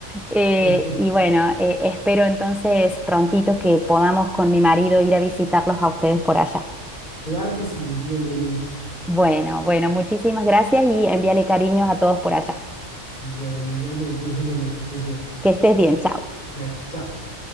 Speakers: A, in the centre; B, on the left (about 40°).
A: Eh,
B: <laughs>
A: y bueno, eh, espero entonces prontito que podamos con mi marido ir a visitarlos a ustedes por allá.
B: Claro que sí, bienvenidos.
A: Bueno, bueno, muchísimas gracias y envíale cariños a todos por allá.
B: Bueno, igualmente, Jimena, que estés bien.
A: Que estés bien, chao.
B: Bueno, chao, chao.